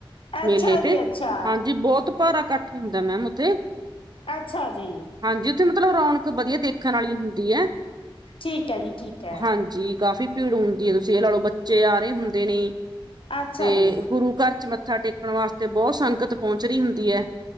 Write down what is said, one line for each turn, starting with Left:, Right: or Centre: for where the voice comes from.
Left: ਅੱਛਾ
Right: ਮੇਲੇ
Left: ਜੀ
Right: ਤੇ
Left: ਅੱਛਾ
Right: ਹਾਂਜੀ ਬਹੁਤ ਭਾਰਾ ਇਕੱਠ ਹੁੰਦਾ ਮੈਮ ਉੱਥੇ
Left: ਅੱਛਾ ਜੀ,
Right: ਹਾਂਜੀ ਉੱਥੇ ਮਤਲਬ ਰੌਣਕ ਵਧੀਆ ਦੇਖਣ ਵਾਲੀ ਹੁੰਦੀ ਹੈ।
Left: ਠੀਕ ਹੈ ਜੀ ਠੀਕ ਹੈ
Right: ਹਾਂਜੀ, ਕਾਫੀ ਭੀੜ ਹੁੰ ਜੀ ਤੁਸੀਂ ਇਹ ਲਾ ਲਓ, ਬੱਚੇ ਆ ਰਹੇ ਹੁੰਦੇ ਨੇ
Left: ਅੱਛਾ
Right: ਤੇ
Left: ਜੀ
Right: ਗੁਰੂ ਘਰ ਚ ਮ ਮੱਥਾ ਟੇਕਣ ਵਾਸਤੇ ਬਹੁਤ ਸੰਗਤ ਪਹੁੰਚ ਰਹੀ ਹੁੰਦੀ ਹੈ।